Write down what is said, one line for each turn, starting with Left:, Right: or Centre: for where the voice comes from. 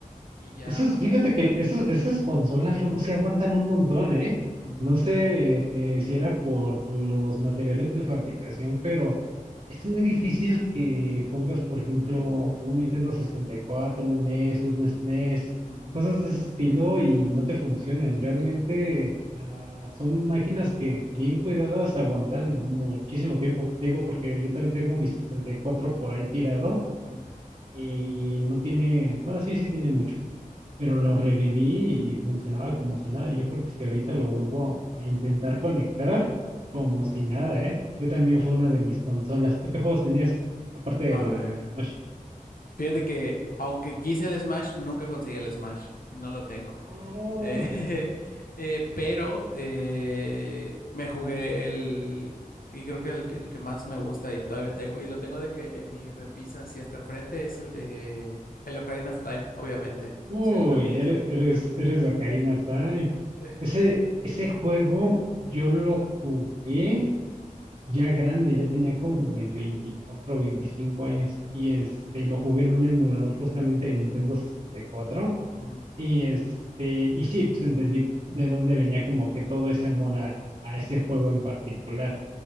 Left: Y ya...
Right: Esos, fíjate que esos- esas consolas luego sí aguantan un montón, ¿eh?
Left: ujú,
Right: No sé eh, si era por los materiales de fabricación, pero es muy difícil que pongas, por ejemplo, un Nintendo sesenta y cuatro, un NES, un SNES,
Left: ujú,
Right: cosas de ese estilo y no te funcionen. Realmente ah, son máquinas que bien cuidadas aguantan muchísimo tiempo. Te Digo, porque yo también tengo mi sesenta y cuatro por ahí tirado
Left: ujú.
Right: y no tiene, bueno, sí, sí tiene mucho pero lo reviví y funcionaba como si nada. Yo creo que si ahorita lo vuelvo a intentar conectar, como si nada, ¿eh? Yo también fue una de mis consolas. ¿Tú qué juegos tenías? Aparte del
Left: A ver.
Right: Smash.
Left: Fíjate que, aunque quise el Smash, nunca conseguí el Smash. Y no lo tengo.
Right: Oh,
Left: Eh, <laughs> eh, pero eh, me jugué el, y creo que el, que el que más me gusta y todavía tengo, y lo tengo de que en mi repisa así hasta enfrente, es el de el Ocarina of Time, obviamente,
Right: uy,
Left: el Zelda, sí.
Right: eres, eres, eres de Ocarina of Time.
Left: sí.
Right: Ese, ese juego yo lo jugué ya grande, ya tenía como mis 24 o 25 años y este, y lo jugué en un emulador justamente de Nintendo 64.
Left: Ujú,
Right: Y este, y sí, pues entendí de dónde venía como que todo ese amor a, a ese juego en particular.